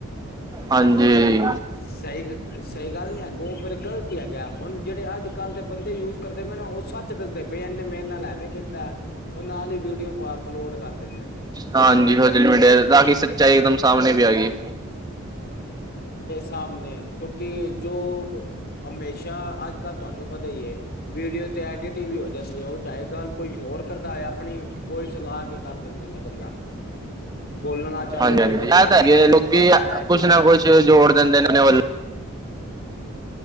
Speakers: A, on the right; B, on the left.
A: ਹਾਂਜੀ
B: ਸਹੀ ਸਹੀ ਗੱਲ ਨੀ ਹੈ ਉਹ ਫੇਰ ਗਲਤ ਹੈਗਾ ਹੁਣ ਜਿਹੜੇ ਅੱਜ ਕੱਲ੍ਹ ਦੇ ਬੰਦੇ ਯੂਜ ਕਰਦੇ ਪਏ ਨਾ ਉਹ ਸੱਚ ਦੱਸਦੇ ਪਏ। ਇਹਨੇ ਮੇਰੇ ਨਾਲ ਐਵੇਂ ਕੀਤਾ ਉਹ ਨਾਲ ਹੀ ਵੀਡੀਓ ਅਪਲੋਡ ਕਰ ਦਿੰਦੇ ਨੇ
A: ਹਾਂਜੀ ਸੋਸ਼ਲ ਮੀਡੀਆ ਬਾਕੀ ਸੱਚਾਈ ਇੱਕਦਮ ਸਾਹਣੇ ਵੀ ਆਏਗੀ।
B: ਸਾਮਣੇ ਕਿਉਂਕਿ ਜੋ ਹਮੇਸ਼ਾ ਅੱਜ ਕੱਲ ਤੁਹਾਨੂੰ ਪਤਾ ਹੀ ਹੈ ਵੀਡੀਓ ਤੇ ਐਡਿਟਿੰਗ ਵੀ ਹੋ ਜਾਂਦੀ ਹੈ ਉਹ ਚਾਹੇ ਗੱਲ ਕੋਈ ਹੋਰ ਕਰਦਾਇਏ ਆਪਣੀ ਬੋਈ ਚਲਾ ਕੇ ਕਰ ਦਿੰਦੇ ਨੇ ਗੱਲਾਂ ਬੋਲਣਾ ਚਾਲੂ
A: ਹਾਂਜੀ
B: ਹੋ ਜਾਂਦਾ
A: ਹਾਂਜੀ ਇਹ
B: ਬਈ ਇਹਨੇ
A: ਤਾਂ ਹੈਗੇ
B: ਇਹ
A: ਲੋਕੀ
B: ਕੀਤਾ ਇਨੇ ਐ
A: ਕੁਛ
B: ਕੀਤਾ।
A: ਨਾ ਕੁਛ ਜੋੜ ਦਿੰਦੇ ਨੇ ਆਪਣੇ ਵੱਲ